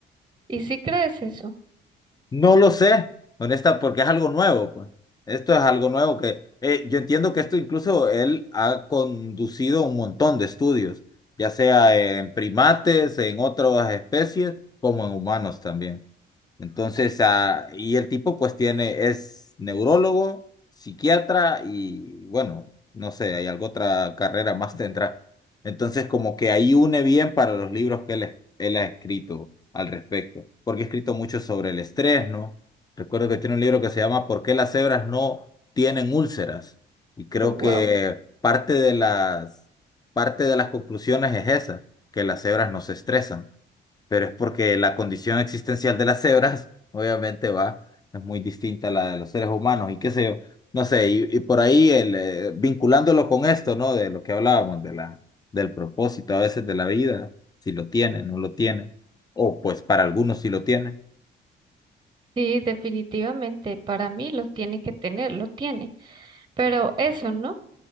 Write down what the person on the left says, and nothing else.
No lo sé, honesta, porque es algo nuevo, pues. Esto es algo nuevo que eh, yo entiendo que esto incluso él ha conducido un montón de estudios, ya sea en primates, en otras especies, como en humanos también. Entonces, ah, y el tipo pues tiene, es neurólogo, psiquiatra y bueno, no sé, hay alguna otra carrera más tendrá. Entonces, como que ahí une bien para los libros que él, es- él ha escrito al respecto, porque ha escrito mucho sobre el estrés, ¿no? Recuerdo que tiene un libro que se llama ¿Por qué las cebras no tienen úlceras? Y creo
que parte de las, parte de las conclusiones es esa, que las cebras no se estresan pero es porque la condición existencial de las cebras, <laughs> obviamente, va, es muy distinta a la de los seres humanos y qué sé yo, no sé, y, y por ahí el, eh, vinculándolo con esto, ¿no? De lo que hablábamos, de la, del propósito a veces de la vida, si lo tienen, no lo tienen, o pues para algunos sí lo tienen.